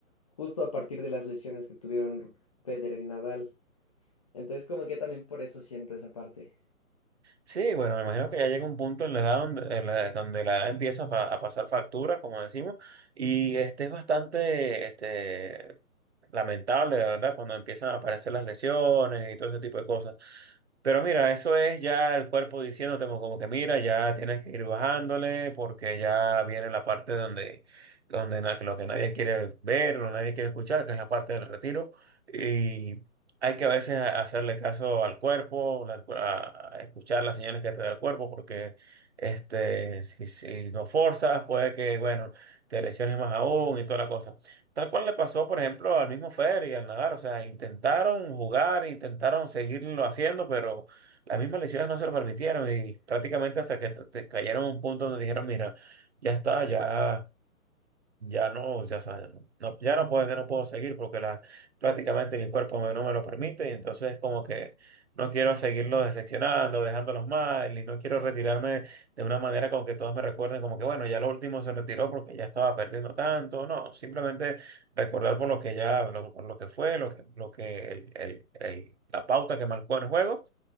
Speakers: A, on the left (about 25°); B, on the right (about 50°).
A: justo a partir de las lesiones que tuvieron Federer y Nadal. Entonces, como que también por eso siento esa parte.
B: Sí, bueno, me imagino que ya llega un punto en la edad donde, en la, donde la edad empieza a, fa- a pasar factura, como decimos, y este es bastante este, lamentable, de verdad, cuando empiezan a aparecer las lesiones y todo ese tipo de cosas. Pero mira, eso es ya el cuerpo diciéndote como como que mira, ya tienes que ir bajándole porque ya viene la parte donde, donde na- lo que nadie quiere ver, lo que nadie quiere escuchar, que es la parte del retiro. Y hay que a veces a- hacerle caso al cuerpo, la- a- a escuchar las señales que te da el cuerpo porque este, si, si lo forzas puede que, bueno, te lesiones más aún y toda la cosa. Tal cual le pasó, por ejemplo, al mismo Fer y al Nadal. O sea, intentaron jugar, intentaron seguirlo haciendo, pero las mismas lesiones no se lo permitieron y prácticamente hasta que te- te cayeron a un punto donde dijeron, mira, ya está, ya. Ya no, ya, sa- no, ya no puedo, ya no puedo seguir porque la, prácticamente mi cuerpo me- no me lo permite y entonces como que no quiero seguirlo decepcionando, dejándolos mal y no quiero retirarme de una manera como que todos me recuerden como que bueno, ya lo último se retiró porque ya estaba perdiendo tanto, no, simplemente recordar por lo que ya, lo, por lo que fue, lo que, lo que el, el- el- la pauta que marcó en el juego